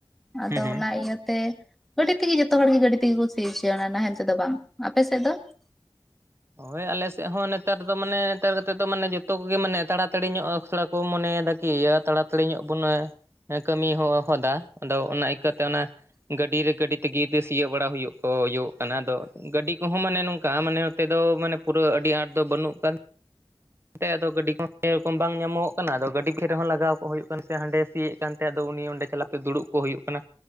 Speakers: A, in the centre; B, on the right.
A: ᱟᱫᱚ
B: ᱦᱩᱸ ᱦᱩᱸ
A: ᱚᱱᱟ ᱤᱭᱟᱹᱛᱮᱼᱼ ᱜᱟᱹᱰᱤ ᱛᱤᱜᱤ ᱡᱚᱛᱚ ᱦᱚᱲ ᱜᱤ ᱜᱟᱹᱰᱤ ᱛᱤᱜᱤ ᱠᱩ ᱥᱤ ᱚᱪᱚᱭᱟ ᱚᱱᱟ ᱱᱟᱦᱮᱞ ᱛᱮᱫᱚ ᱵᱟᱝ ᱟᱯᱮ ᱥᱮᱫᱚ?
B: ᱳᱭ ᱟᱞᱮ ᱥᱮᱫ ᱦᱚᱸ ᱱᱮᱛᱟᱨ ᱫᱚ ᱢᱟᱱᱮ ᱱᱮᱛᱟᱨ ᱠᱟᱛᱮᱡ ᱫᱚ ᱢᱟᱱᱮ ᱡᱚᱛᱚ ᱠᱚᱜᱮ ᱢᱟᱱᱮ ᱛᱟᱲᱟᱛᱟᱹᱲᱤ ᱧᱚᱜ ᱛᱷᱚᱲᱟᱼᱼ ᱠᱚ ᱢᱚᱱᱮᱭᱮᱫᱟ ᱠᱤ ᱤᱭᱟ ᱛᱟᱲᱟᱛᱟᱹᱲᱤ ᱧᱚᱜ ᱵᱚᱱᱮᱼᱼ ᱠᱟᱹᱢᱤ ᱦᱚᱦᱚᱫᱟ ᱟᱫᱚ ᱚᱱᱟ ᱤᱠᱟᱹᱭᱛᱮ ᱚᱱᱟᱼᱼ ᱜᱟᱹᱰᱤᱨᱮ ᱜᱟᱹᱰᱤ ᱛᱮᱜᱮ ᱥᱤᱭᱚᱜ ᱵᱟᱲᱟ ᱦᱩᱭᱩᱜ ᱠᱚ ᱦᱩᱭᱩᱜᱚᱜ ᱠᱟᱱᱟ ᱟᱫᱚ ᱜᱟᱹᱰᱤ ᱠᱚᱦᱚᱸ ᱢᱟᱱᱮ ᱱᱚᱝᱠᱟ ᱢᱟᱱᱮᱼᱼ ᱛᱮᱫᱚ ᱢᱟᱱᱮ ᱯᱩᱨᱟᱹ ᱟᱰᱤ ᱟᱸᱴᱷ ᱫᱚ ᱵᱟᱹᱱᱩᱜ ᱠᱟᱱᱼᱼ ᱛᱮ ᱜᱟᱹᱰᱤ ᱠᱚᱦᱚᱸ ᱥᱮᱨᱚᱠᱚᱢ ᱵᱟᱝ ᱧᱟᱢᱚᱜᱚᱜ ᱠᱟᱱᱟ ᱟᱫᱚ ᱜᱟᱹᱰᱤ ᱯᱷᱮ ᱨᱮᱦᱚᱸ ᱞᱟᱜᱟᱣ ᱠᱚᱜ ᱦᱩᱭᱩᱜ ᱠᱟᱱᱟ ᱥᱮ ᱦᱟᱸᱰᱮ ᱥᱤᱭᱮᱫ ᱠᱟᱱᱛᱮ ᱟᱫᱚ ᱩᱱᱤ ᱚᱸᱰᱮ ᱪᱟᱞᱟᱟᱣᱼᱼ ᱫᱩᱲᱩᱵ ᱠᱚᱜ ᱦᱩᱭᱩᱜ ᱠᱟᱱᱟ᱾